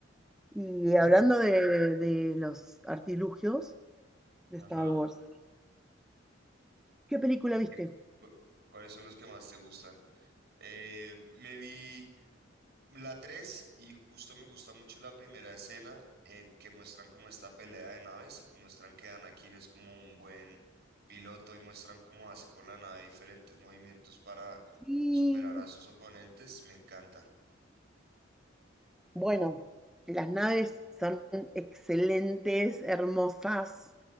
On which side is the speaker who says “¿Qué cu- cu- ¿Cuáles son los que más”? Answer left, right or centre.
Right